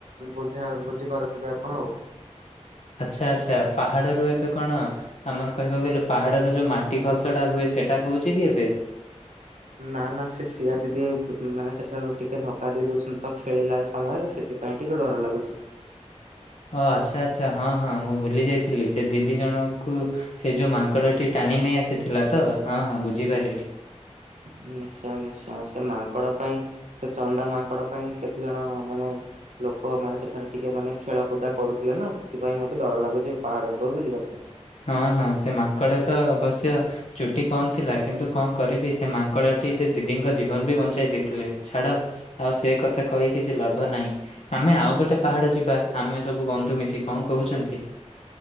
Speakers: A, on the right; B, on the left.
A: ବୁଝା ବୁଝିପାରୁଥିବେ ଆପଣ ଆଉ।
B: ଆଚ୍ଛା ଆଚ୍ଛା ପାହାଡ ରୁ ଏବେ କଣ ଆମର କହିବାକୁ ଗଲେ ପାହାଡରେ ଯୋଉ ମାଟି ଖସଡା ହୁଏ। ସେଇଟା ହଉଛି କି ଏବେ?
A: ଛି <inaudible> ନା ନା ସେ ସିଆ ଦିଦି ମାନେ ସେଠାରୁ ଟିକେ ଧକ୍କା ଦେଇ ଦଉଛନ୍ତି ତ ଖେଳିଲା ସମୟରେ ସେଥି ପାଇଁ ଟିକେ ଡର ଲାଗୁଛି।
B: ଓ ଆଚ୍ଛା ଆଚ୍ଛା ହଁ ହଁ ମୁଁ ଭୁଲି ଯାଇଥିଲି ସେ ଦିଦି ଜଣଙ୍କୁ ସେ ଯୋଉ ମାଙ୍କଡ ଟି ଟାଣି ନେଇ ଆସିଥିଲା ତ ହଁ ହଁ ବୁଝିପାରିଲି।
A: <inaudible> ନିଶ୍ଚୟ ନିଶ୍ଚୟ ସେ ମାଙ୍କଡ ପାଇଁ ସେ ଚନ୍ଦା ମାଙ୍କଡ ପାଇଁ କେତେ ଜଣ ମାନେ ଲୋକ ମାନେ ସେଠାରେ ଟିକେ ମାନେ ଖେଳକୁଦା କରୁଥିଲେ ନା ସେଥିପାଇଁ ମତେ ଡର ଲାଗୁଛି ପାହାଡ ଉପରକୁ ଯିବା ପାଇଁ।
B: ହଁ ହଁ ସେ ମାଙ୍କଡା ତ ଅବଶ୍ୟ ଚୁଟି କମ ଥିଲା କିନ୍ତୁ କଣ କରିବି ସେ ମାଙ୍କଡ ସେ ଦିଦିଙ୍କ ଜୀବନ ବି ବଞ୍ଚାଇ ଦେଇଥିଲେ ଛାଡ ଆଉ ସେ କଥା କହି କିଛି ଲାଭ ନାହିଁ। ଆମେ ଆଉ ଗୋଟେ ପାହାଡ ଯିବା ଆମେ ସବୁ ବନ୍ଧୁ ମିଶି କଣ କହୁଛନ୍ତି?